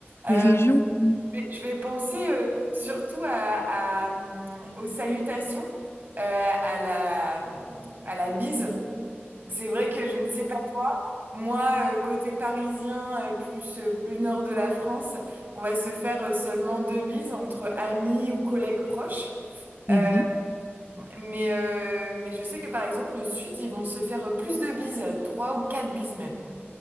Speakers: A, on the right; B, on the left.
A: Euh,
B: Les régions qu'on
A: je vais je vais penser euh, surtout à, à, hum, aux salutations, euh, à la, à la bise. C'est vrai que je ne sais pas, moi, euh, côté parisien, euh, plus, euh, plus nord de la France, on va se faire euh, seulement deux bises entre amis ou collègues proches. Euh,
B: Mhm.
A: mais, euh, mais je sais que par exemple, le Sud, ils vont se faire plus de bises, trois ou quatre bises même.